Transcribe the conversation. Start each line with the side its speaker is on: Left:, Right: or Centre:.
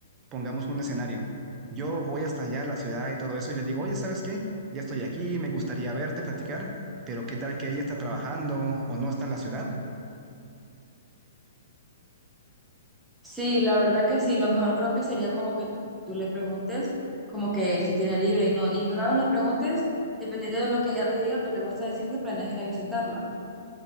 Right: pongamos un escenario. Yo voy hasta allá a la ciudad y todo eso y le digo, oye, ¿sabes qué? Ya estoy aquí, me gustaría verte, platicar, pero ¿qué tal que ella está trabajando o no está en la ciudad?
Centre: Sí, la verdad que sí, lo mejor creo que sería como que tú le preguntes como que si tiene libre y no, y una vez le preguntes, dependiendo de lo que ella te diga, tú le vas a decir que planeas ir a visitarla.